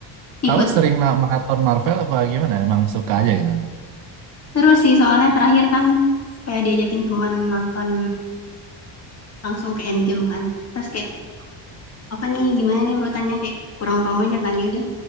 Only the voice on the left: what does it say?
Ikut
terus sih soalnya terakhir kan kayak diajakin temen nonton langsung ke Endgame kan. Terus kayak apa nih gimana nih urutannya kayak kurang paham aja kan yaudah.